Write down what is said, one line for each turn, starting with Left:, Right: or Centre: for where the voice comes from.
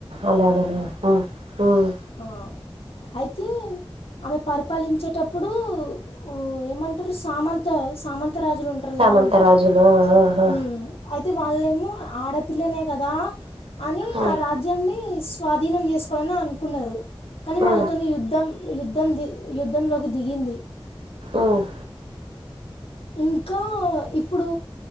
Right: అలాగా నా ఆ అహ్
Left: ఓ అయితే ఆమె పరిపాలించేటప్పుడు ఉ ఏమంటారు సామంత సామంత సామంతా రాజులు ఉంటారు
Right: సామంతరాజులు
Left: కదా అండి
Right: ఆహా
Left: ఉమ్ అయితే అయితే వాళ్ళ ఏమో ఆడపిల్లనే కదా అని
Right: ఉమ్
Left: ఆ రాజ్యాన్ని స్వాధీనం చేసుకోవాలని అనుకు కున్నారు కానీ
Right: ఉమ్
Left: వాళ్ళతోని యుద్ధం యుద్ధం ది యుద్ధంలోకి దిగింది
Right: ఉహ్
Left: ఇంకా ఇప్పుడు